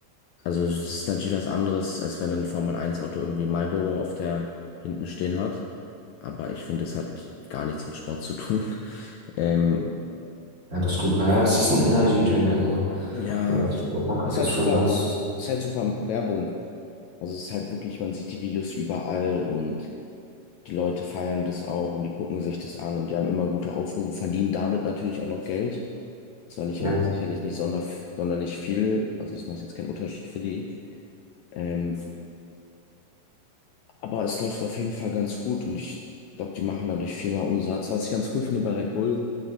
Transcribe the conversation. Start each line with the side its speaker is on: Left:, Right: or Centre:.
Left: Also es ist natürlich was anderes, als wenn ein formel Eins auto irgendwie Marlboro auf der hinten stehen hat. Aber ich finde, es hat gar nichts mit Sport zu tun. <laughs> Ähm,
Right: ja, das stimmt. Naja, es ist ein Energy Drink, also,
Left: ja,
Right: so als Sportler kannst
Left: ist halt
Right: du es schon
Left: super, ist, ist halt super Werbung. Also es ist halt wirklich, man sieht die Videos überall und die Leute feiern das auch und die gucken sich das an und die haben immer gute Aufrufe, verdienen damit natürlich auch noch Geld. Zwar nicht,
Right: annehmen.
Left: sicherlich nicht sonder, sonderlich viel, also es macht jetzt keinen Unterschied für die. Ähm, Aber es läuft auf jeden Fall ganz gut und ich glaube, die machen dadurch viel mehr Umsatz. Was ich ganz cool finde bei Red Bull,